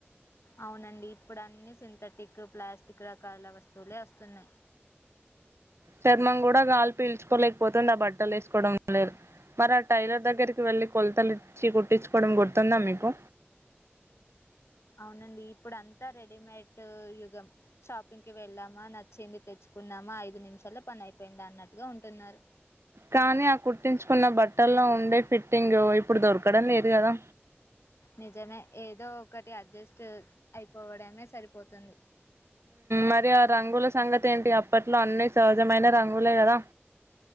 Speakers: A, on the left; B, on the right.
A: అవునండి ఇప్పుడు అన్నీ సింథెటిక్ ప్లాస్టిక్ రకాల వస్తువులే వస్తున్నాయి
B: చర్మం కూడా గాలి పీల్చుకోలేదు పోతుందా ఆ బట్టలు వేసుకోవడం లేదు మరి ఆ టైలర్ దగ్గరికి వెళ్ళి కొలతలు ఇచ్చి కుట్టించుకోవడం గుర్తుందా మీకు
A: అవునండి ఇప్పుడు అంతా రెడీమేడ్ యుగం షాపింగ్కిి వెళ్ళామా నచ్చింది తెచ్చుకున్నామా ఐదు నిమిషాల్లో పని అయిపోయిందా అన్నట్టుగా ఉంటున్నారు
B: కానీ ఆ కుట్టించుకున్న బట్టల్లో ఉండే ఫిట్టింగు ఇప్పుడు దొరకడం లేదు కదా
A: నిజమే ఏదో ఒకటి అడ్జస్ట్ అయిపోవడమే సరిపోతుంది
B: మరి ఆ రంగుల సంగతి ఏంటి అప్పట్లో అన్ని సహజమైన రంగులే కదా